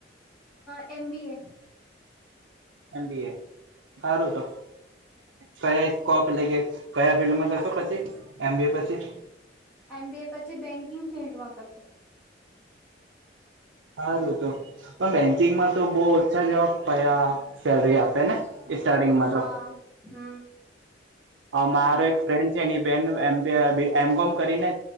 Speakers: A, in the centre; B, on the right (about 80°).
A: એમ બી એ.
B: અનપે. ખારું તો. કયાકોપ લલે કે કયા ફિલ્ડમાં જશ પછી એમબી પછી.
A: એમબીએ પછી બેંકિંગ ફિલ્ડમાં કરશે.
B: સારું તો પણ બેંકિંગમાં તો બહ ઓછા જવાબ પયા સેલરી આપે ને. સ્ટાર્ટિંગમાં
A: મને
B: તો.
A: હા.
B: મારો એક ફ્રેન્ડ છે એની બેન એમ કોમ કરીને